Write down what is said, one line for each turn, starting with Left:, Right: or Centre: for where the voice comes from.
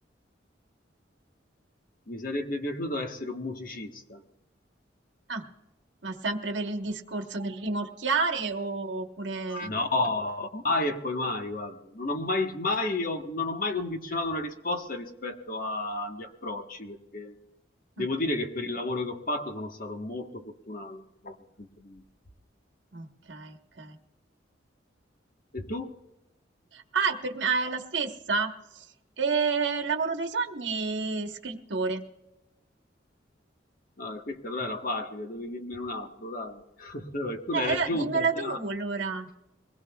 Left: Mi sarebbe piaciuto essere un musicista.
Right: Ah, ma sempre per il discorso del rimorchiare oppure...
Left: No, mai e poi mai, guarda. Non ho mai, mai- ho- non ho mai condizionato una risposta rispetto agli approcci, perché devo
Right: Mm,
Left: dire che per il lavoro che ho fatto sono stato molto fortunato da quel punto di vista.
Right: Ok, ok.
Left: E tu?
Right: Ah, è, per me, ah, è la stessa? Eh, lavoro dei sogni, scrittore. Eh,
Left: Ah, questa però era facile, dovevi dirmene un altro, dai. <laughs> Allora, Tu l'hai
Right: eh,
Left: raggiunta
Right: dimmela
Left: già.
Right: tu allora.